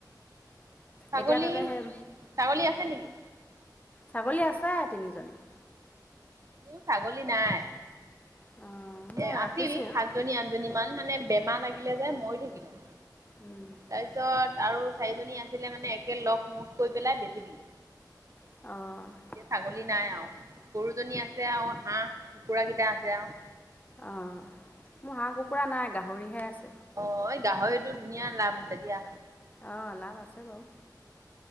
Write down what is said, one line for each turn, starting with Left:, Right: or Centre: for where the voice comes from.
Right: ছাগলী,
Left: এতিয়া তাতে সেই
Right: ছাগলী আছে নেকি?
Left: ছাগলী আছে তিনিজনী।
Right: মোৰ ছাগলী নাই।
Left: অঁ মই
Right: এ
Left: ৰাখিছোঁ।
Right: আছিল, সাতজনী আঠজনী মান, মানে বেমাৰ লাগিলে যে, মৰি থাকিলে।
Left: উম
Right: তাৰপিছত আৰু চাৰিজনী আছিলে মানে, একে লগ মুখ কৰি পেলাই বেচি দিলোঁ।
Left: অ'।
Right: এতিয়া ছাগলী নাই আৰু, গৰুজনী আছে আৰু হাঁহ কুকুৰা কেইটা আছে আৰু।
Left: অ', মোৰ হাঁহ কুকুৰা নাই, গাহৰিহে আছে।
Right: অ', এই গাহৰিটো ধুনীয়া লাভ আছে দিয়া।
Left: অ', লাভ আছে বাৰু।